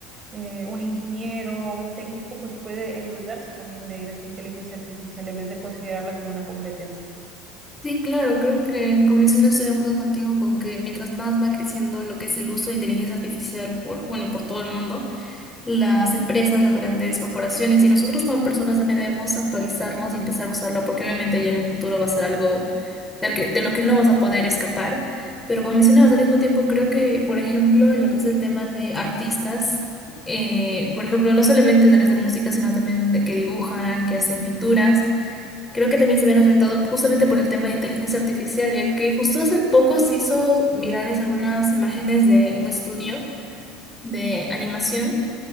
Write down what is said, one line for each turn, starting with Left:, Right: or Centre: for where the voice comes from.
Right: eh, un ingeniero, un técnico, pues puede ayudarse también de de esta inteligencia artificial en vez de considerarla como una competencia.
Left: Sí, claro, creo que como mencioné estoy de acuerdo contigo con que mientras más va creciendo lo que es el uso de inteligencia artificial por, bueno, por todo el mundo, las empresas, las grandes corporaciones y nosotros como personas también debemos actualizarnos y empezar a usarla porque obviamente ya en un futuro va a ser algo del que- de lo que no vas a poder escapar. Pero como mencionabas al mismo tiempo, creo que, por ejemplo, en lo que es el tema de artistas, eh, por ejemplo, no solamente en áreas de música, sino también de que dibujan, que hacen pinturas. Creo que también se ven afectado justamente por el tema de inteligencia artificial, ya que justo hace poco se hizo virales algunas imágenes de un estudio de animación